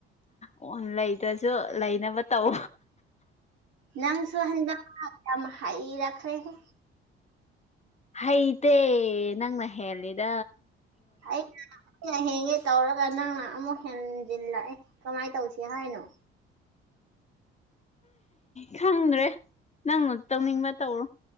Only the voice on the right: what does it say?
ꯅꯪꯁꯨ ꯍꯟꯗꯛ ꯃꯔꯛ ꯌꯥꯝꯅ ꯍꯩꯔꯛꯈꯔꯦꯍꯦ
ꯑꯩ ꯑ ꯍꯦꯟꯒꯦ ꯇꯧꯔꯒ ꯅꯪꯅ ꯑꯃꯨꯛ ꯍꯦꯟꯖꯤꯜꯂꯛꯑꯦ ꯀꯃꯥꯏꯅ ꯇꯧꯁꯤ ꯍꯥꯏꯅꯣ